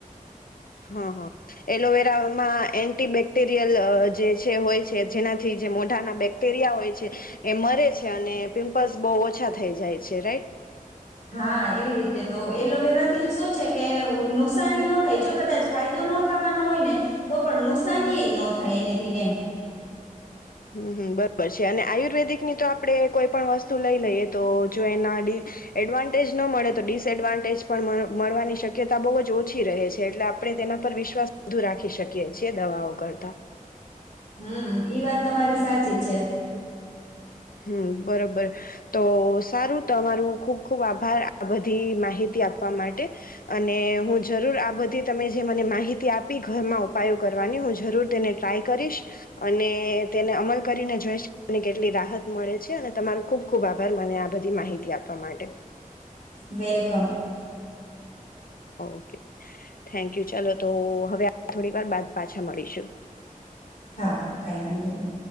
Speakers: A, on the left; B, on the left.
A: હા હા એલોવેરામાં એન્ટી બેક્ટેરિયલ જે છે હોય છે. જેનાથી જે મોઢાના બેક્ટેરિયા હોય છે એ મરે છે, અને પિમ્પલ્સ બહુ ઓછા થઈ જાય છે. રાઈટ
B: હા એવી રીતે તો એલોવેરા થી શું છે, કે નુકસાની ન થાય જો કદાચ ફાયદો ન થવાનો હોય ને તો પણ નુકસાની એ ન થાય એનેથીને એમ
A: હમ બરોબર છે અને આયુર્વેદિકની તો આપણેે કોઈ પણ વસ્તુ લઈ લઈએ તો જો એના એડવાન્ટેજ ન મળે તો ડિસએડવાન્ટેજ પણ મળવાની શક્યતા બહુ જ ઓછી રહે છે, એટલે આપણે તેના પર વિશ્વાસ વધુ રાખી શકીએ છી દવાઓ કરતા
B: હમ, ઈ વાત તમારી સાચી છે.
A: હમ, બરોબર તો સારું તમારું ખુબ ખુબ આભાર આ બધી માહિતી આપવા માટે, અને હું જરૂર આ બધી તમે જે મને માહિતી આપી ઘરમાં ઉપાયો કરવાની, હું જરૂર તેને ટ્રાય કરીશ અને તેને અમલ કરીને જોઈશ કેટલી રાહત મળે છે, અને તમારો ખુબ ખુબ આભાર મને આ બધી માહિતી આપવા માટે.
B: વેલકમ!
A: ઓકે! Thank you. ચાલો તો હવે થોડી વાર બાદ પાછા મળીશું.
B: હા, કઈ વાંધો નહી.